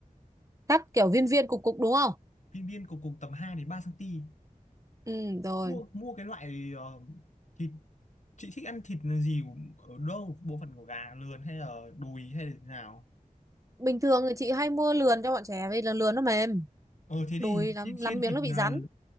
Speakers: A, on the right; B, on the left.
A: cắt kiểu viên viên cục cục đúng không
B: viên viên cục cục tầm hai đến 3 cm
A: ừ rồi
B: mua mua cái loại ờ, thịt chị thích ăn thịt là gì ở đâu bộ phận của gà lườn hay là đùi hay là thế nào
A: bình thường thì chị hay mua lườn cho bọn trẻ vì là lườn nó mềm
B: ờ thế
A: đùi
B: thì
A: lắm
B: xiên xiên
A: lắm miếng
B: thịt
A: nó bị
B: ờ,
A: rắn